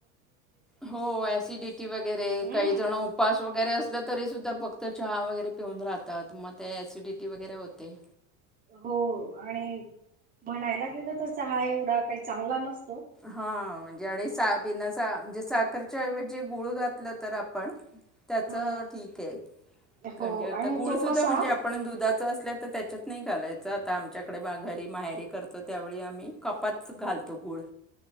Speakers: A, in the centre; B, on the right.
A: हो ॲसिडिटी वगैरे
B: हम्म
A: काही जण उप पाश वगैरे असलं तरीसुद्धा फक्त चहा वगैरे पिऊन राहतात मग ते ॲसिडिटी वगैरे होते.
B: हो आणि म्हणायला गेलं तसं हा एवढा काही चांगला नस
A: हा म्हणजे आडि सा बीना स चा म्हणजे साखरच्या एवजी गुळ घातलं तर आपण? त्याच
B: ह
A: ठीकय का
B: हो
A: जे आता
B: आणि
A: गुळसुद्धा
B: तो कसा
A: म्हणजे आप पण दुधाचं असल्या तर त्याच्यात नाही घालायचं आता आमच्याकडे मा घरी माहेरी करतो त्यावेळी आम्ही. कपात घालतो गुड.